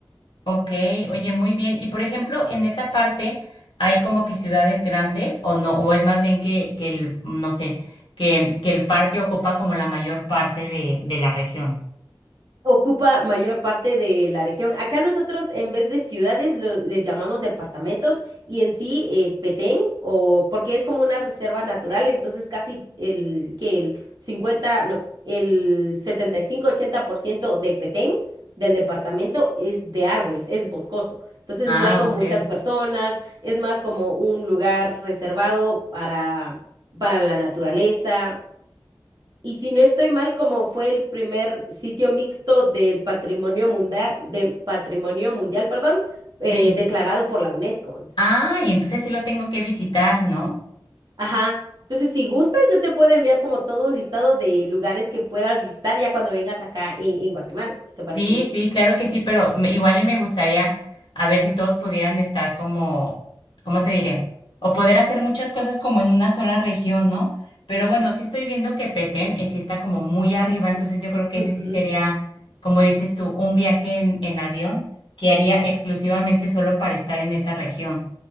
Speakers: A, on the left; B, on the right.
A: Ok, oye, muy bien. Y por ejemplo, en esa parte hay como que ciudades grandes o no, o es más bien que, que el, no sé, que, que el parque ocupa como la mayor parte de, de la región.
B: ocupa mayor parte de la región. Acá nosotros en vez de ciudades lo- les llamamos departamentos y en sí eh, Petén o porque es como una reserva natural, entonces casi el que el 50 no, el setenta y cinco ochenta por ciento de Petén del departamento es de árboles, es boscoso. Entonces
A: Ah,
B: no hay como
A: ok.
B: muchas personas, es más como un lugar reservado para para la naturaleza. Y si no estoy mal, como fue el primer sitio mixto del patrimonio mundial, de patrimonio mundial, perdón, eh,
A: Sí.
B: declarado por la UNESCO. Entonces,
A: Ah, y entonces sí lo tengo que visitar, ¿no?
B: ajá. Entonces, si gustas, yo te puedo enviar como todo un listado de lugares que puedas visitar ya cuando vengas acá en, en Guatemala, si te parece
A: Sí,
B: bien.
A: sí, claro que sí, pero me- igual y me gustaría a ver si todos pudieran estar como, ¿cómo te diré? O poder hacer muchas cosas como en una sola región, ¿no? Pero bueno, sí estoy viendo que Petén eh, sí está como muy arriba, entonces yo creo que
B: Ujú,
A: ese sí sería, como dices tú, un viaje en, en avión que haría
B: ujú,
A: exclusivamente solo para estar en esa región.